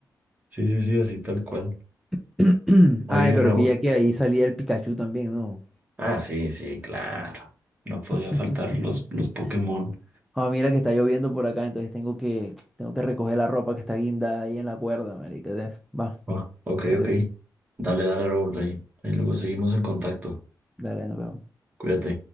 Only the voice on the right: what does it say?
Sí, sí, sí, así tal cual.
Oye,
Raúl.
Ah, sí, sí, claro. No podía
faltar los, los Pokémon.
Oh, ok,
ok.
Dale, dale, Raúl. Ahí, ahí luego seguimos en contacto.
Cuídate.